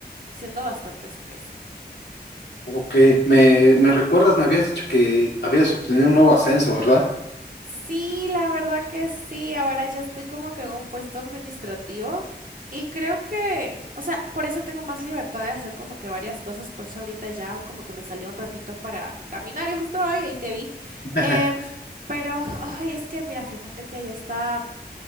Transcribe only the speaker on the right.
siendo bastante espesa.
Sí, la verdad que sí. Ahora ya estoy como que en un puesto administrativo y creo que, o sea, por eso tengo más libertad de hacer como que varias cosas. Por eso ahorita ya como que me salió un ratito para caminar y justo ahí, ahí te vi.
Em, pero, ay, es que mira, fíjate que ya está